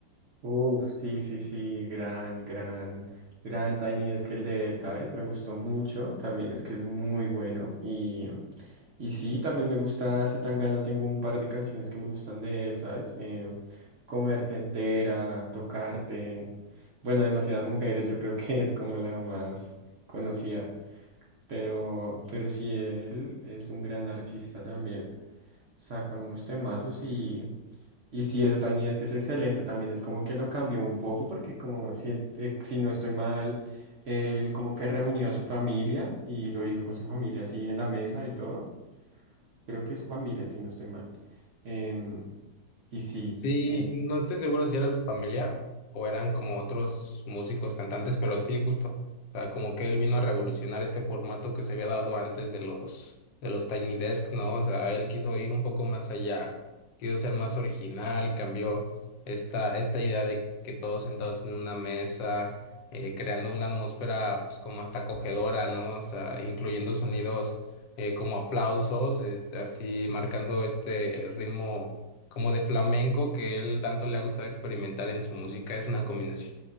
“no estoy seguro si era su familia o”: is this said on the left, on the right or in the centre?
Left